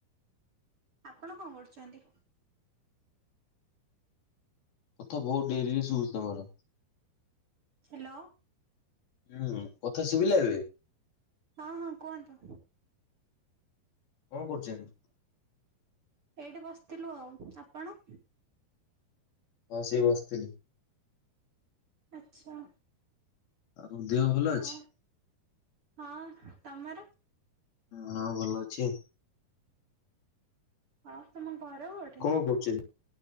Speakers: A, on the right; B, on the left.
A: ଆପଣ କଣ କରୁଛନ୍ତି?
B: କଥା ବହୁତ ଡେରି ରେ ଶୋଉଚି ତମର।
A: ହ୍ୟାଲୋ।
B: ହୁଁ କଥା ଶୁଭିଲା ଏବେ?
A: ହଁ ହଁ କୁହନ୍ତୁ।
B: କଣ କରୁଛନ୍ତି?
A: ଏଇଠି ବସିଥିଲୁ ଆଉ ଆପଣ?
B: ହଁ ସେ ବସିଥିଲି।
A: ଆଚ୍ଛା।
B: ଆଉ ଦେହ ଭଲ
A: ହଁ
B: ଅଛି?
A: ହଁ ତମ
B: ହଁ ଭଲ ଅଛି।
A: ହଁ ତୁମ ଘର କୋଉଠି?
B: କହୁଚି